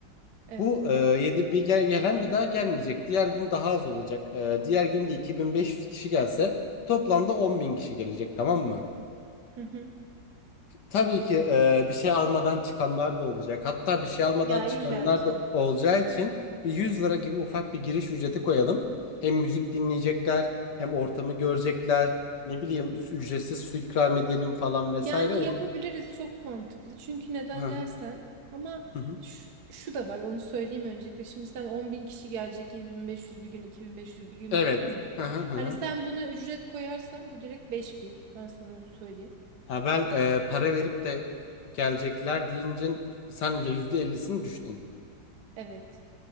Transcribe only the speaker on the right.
evet.
Hı hı.
Ya
illaki.
Yani
yapabiliriz çok mantıklı. Çünkü neden
dersen ama
şu, şu da var onu söyleyeyim öncelikle. Şimdi sen 10 bin kişi gelecek 7500 bir gün 2500 bir gün
dedin ya.
Hani
sen buna ücret koyarsan bu direkt beş bin ben sana onu söyleyeyim.
Evet